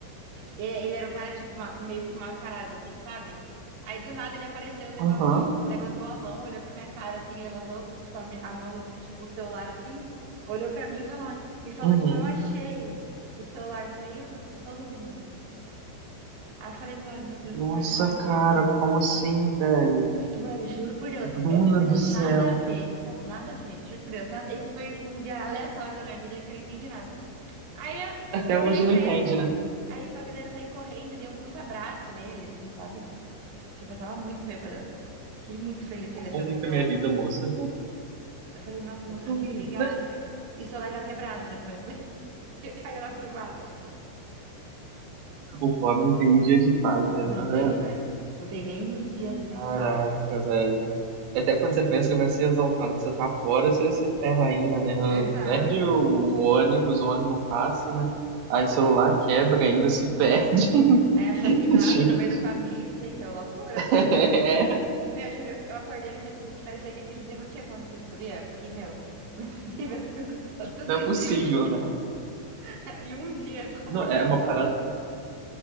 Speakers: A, on the right; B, on the right.
A: E ele era um cara, tipo, ma- meio que mal encarado, assim, sabe? Aí do nada ele apareceu, levantou,
B: Aham,
A: levantou a mão, olhou pra minha cara, assim, levantou, tipo, a, mi- a mão, tipo, o celular, assim, olhou pra mim e falou, e falou,
B: uhum,
A: tipo, eu achei o celular no meio do- de todo mundo. Aí eu falei, mano, meu Deus,
B: Nossa,
A: que vergonha do
B: cara,
A: cacete.
B: como assim, velho?
A: Mano, juro por Deus,
B: Bruna
A: é uma coisa
B: do céu.
A: nada a ver. Não, nada a ver, juro por Deus. nada- Esse foi, tipo, um dia aleatório da minha vida que eu não entendi nada. Aí eu,
B: Até
A: eu
B: hoje
A: olhei pra
B: não entende,
A: ele,
B: né?
A: aí só que daí eu saí correndo e dei um puta abraço nele, assim, sabe? Tipo, eu tava muito bêbada. Fiquei muito feliz que ele achou
B: Ou muito
A: seu celular.
B: a minha vida, moça.
A: Eu falei, nossa, moço,
B: <laughs>
A: muito obrigado. Você- E o celular tava quebrado depois, <laughs> que caiu na privada.
B: O pobre não tem um dia de paz, né?
A: Não
B: Tá vendo?
A: tem, velho. Não tem nem um diazinho
B: Caraca,
A: de paz.
B: velho. Até quando você pensa que vai ser exaltado, que você tá fora, você se ferra ainda, né?
A: Exato.
B: Perde o ônibus, o ônibus não passa, né? Aí o celular quebra ainda, se perde,
A: É, assassinato
B: <laughs> gente.
A: no meio do caminho, gente, é uma loucura aquele
B: É,
A: dia. Meu, juro, eu acordei no dia seguinte, parecia que aquele dia não tinha acontecido, sabia? Eu Fiquei, meu, <laughs> não é possível que aconteceu tudo
B: não é
A: isso
B: possível,
A: em um dia.
B: né?
A: <laughs> Em um dia, como
B: Não,
A: que aconteceu
B: é uma parada.
A: tudo? isso?